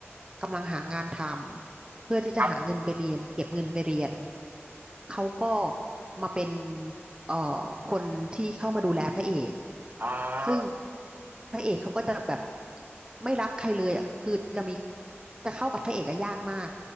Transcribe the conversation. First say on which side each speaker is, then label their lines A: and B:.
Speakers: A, on the right; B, on the right.
A: กำลังหางานทำ เพื่อที่จะหาเงินไปเรียนเก็บเงินไปเรียน
B: ครับ
A: เขาก็มาเป็นเอ่อคนที่เข้ามาดูแลพระเอก
B: อ่
A: ซึ่ง
B: า
A: พระเอกเขาก็จะแบบไม่รักใครเลยอ่ะคือจะมีจะเข้ากับพระเอกอะยากมาก